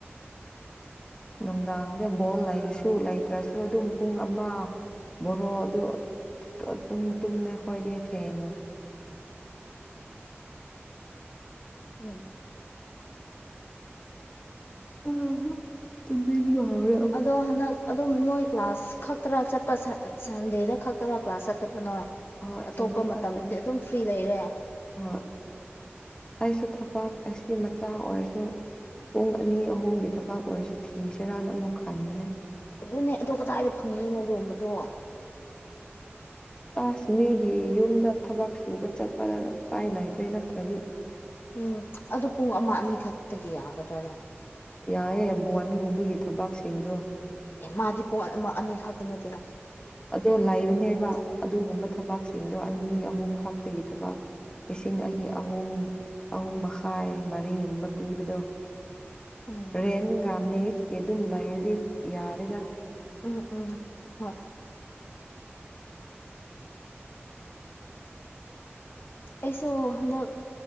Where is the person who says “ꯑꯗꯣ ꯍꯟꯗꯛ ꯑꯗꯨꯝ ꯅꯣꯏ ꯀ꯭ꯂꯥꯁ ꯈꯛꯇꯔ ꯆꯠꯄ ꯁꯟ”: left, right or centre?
Left